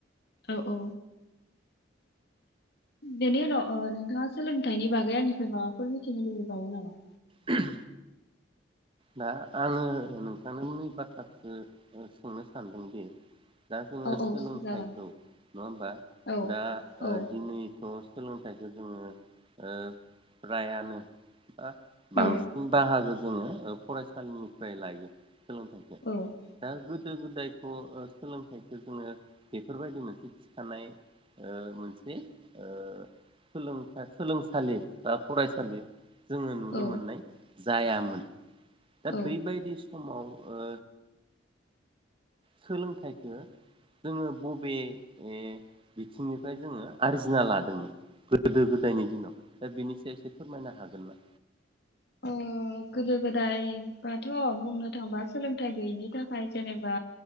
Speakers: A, on the left; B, on the right.
A: औ औ। बेनि उनाव ओ नोंथाङा सोलोंथाइनि बागै आंनिफ्राय माबाफोर मिथिनो लुबैबावो नामा?
B: ओहोम। दा आङो नोंथांनि बाथ्राखो सोंनो सानदोंदि दा जोङो
A: औ औ
B: सोलोंथाइखौ
A: जागोन
B: नङा होमबा
A: औ
B: दा
A: औ
B: ओ दिनै थ' सोलोंथाइखौ जोङो ओ फ्रायानो ओ
A: औ
B: बांसिन बाहागो जोङो फरायसालिनिफ्राय लायो सोलोंथाइखौ
A: औ
B: दा गोदो गोदायथ' सोलोंथाइखौ जोङो बेफोरबायदि मोनसे थिखानाय ओ मोनसे ओ सोलोंसालि बा फरायसालि जोङो नुनो
A: औ
B: मोननाय जायामोन दा
A: औ
B: बैबायदि स समाव ओ सोलोंथाइखौ जोङो बबे ओ बिथिंनिफ्राय जोङो आरजिना लादोंमोन गोदो गोदायनि दिनाव दा बेनि सायाव एसे फोरमायनो हागोन ना
A: ओ गोदो गोदाय बाथ' बुंनो थांबा सोलोंथाइ गैयिनि थाखाय जेनेबा